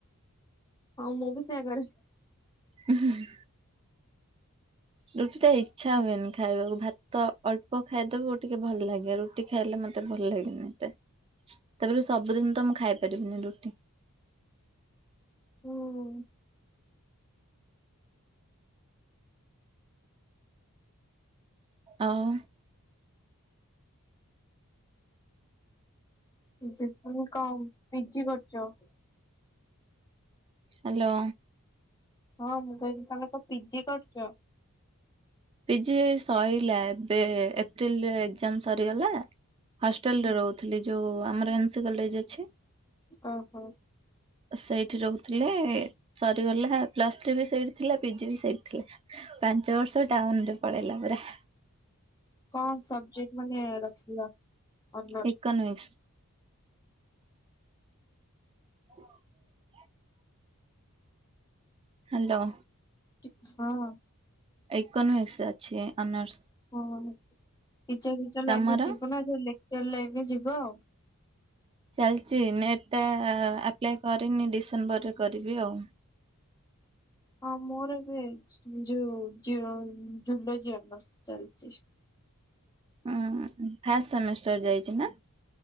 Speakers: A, on the left (about 15°); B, on the right (about 25°).
A: ହଁ ମୁଁ ବି ସେୟା କରେ।
B: ଉଁ ହୁଁ ହୁଁ। ରୁଟିଟା ଇଚ୍ଛା ହୁଏନି ଖାଇବାକୁ ଭାତ ଅଳ୍ପ ଖାଇଦୋବୁ ଟିକେ ଭଲ ଲାଗିବ। ରୁ ଟି ଖାଇଲେ ମତେ ଭଲ ଲାଗେନି ଏତେ ତାପରେ ବି ସବୁଦିନ ତ ମୁଁ ଖାଇପାରିବିନି ରୁଟି।
A: ହୁଁ।
B: ଆଉ
A: <unintelligible> କଣ ପିଜି କରୁଚ?
B: ହାଲୋ।
A: ହଁ ମୁଁ କହିଲି ତମେ ତ ପିଜି କରୁଚ।
B: ପିଜି ଏ ସଇଲା ଏବେ ଏପ୍ରିଲରେ ଏକଜାମ୍ ସରିଗଲା ହଷ୍ଟେଲରେ
A: ହୁଁ
B: ରହୁ ଥିଲି ଯୋଉ ଆମର ଏନସି କଲେଜ ଅଛି।
A: ଅ ହ।
B: ସେଇଠି ରହୁଥିଲେ ଏ ସରିଗଲା ପ୍ଲସ ଥ୍ରୀ ବି ସେଇଠି ଥିଲା ପିଜି ବି ସେଇଠି ଥିଲା ପାଞ୍ଚ ବର୍ଷ। ଟାଉନରେ ପଳେଇଲା ପୁରା। ଟା
A: କଣ ସବଜେକ୍ଟ ମାନେ ରଖିଥିଲ? ଅନର୍ସ?
B: ଇକନମିକ୍ସ। ହ। ହ୍ୟାଲୋ।
A: ଚିପ୍ସ ହଁ।
B: ଇକୋନମିକ୍ସ ଅଛି ଅନର୍ସ।
A: ହଁ ଟିଚର ଫିଚର
B: ତମର?
A: ଲାଇନରେ ଯିବ ନା ଯୋଉ ଲେକ୍ଚର ଲାଇନରେ ଯିବ ଆଉ?
B: ଚାଲିଚି ନେଟ୍ ଟା ଆପ୍ଲାଏ କରିନି ଡିସେମ୍ବରରେ କରିବି ଆଉ।
A: ହଁ ମୋର ବି ଏ ଯୋଉ ଜ୍ୟ ଜୁଲୋଜି ଅନର୍ସ ଚାଲିଚି।
B: ହଁ ଫାଷ୍ଟ ସେମିଷ୍ଟର ଯାଇଛି ନା?